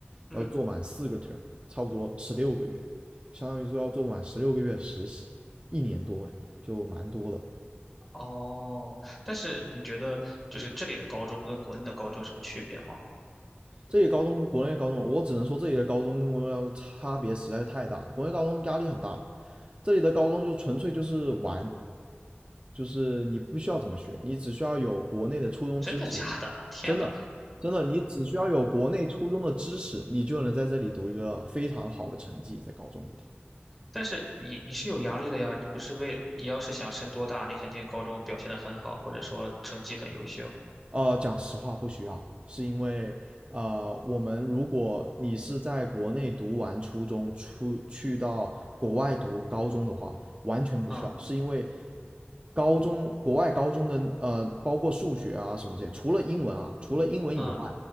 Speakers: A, in the centre; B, on the right.
A: 嗯
B: 要做满四个 term，差不多十六个月，相当于说要做满十六个月实习，一年多哎，就蛮多的。
A: 哦，但是你觉得就是这里的高中跟国内的高中有什么区别吗？
B: 这里高中跟国内高中，我只能说这里的高中跟国内高中差别实在是太大了。国内高中压力很大了，这里的高中就纯粹就是玩，就是你不需要怎么学，你只需要有国内的初中知识，
A: 真的假的？天呐！
B: 真的，真的，你只需要有国内初中的知识，你就能在这里读一个非常好的成绩在高中里头。
A: 但是你你是有压力的呀，你不是为你要是想升多大，你肯定高中表现得很好，或者说成绩很优秀，
B: 呃，讲实话不需要，是因为呃，我们如果你是在国内读完初中，出去到国外读高中的话，完全不需要，
A: 嗯
B: 是因为高中国外高中的呃，包括数学啊什么这些，除了英文啊，除了英文以外，
A: 嗯，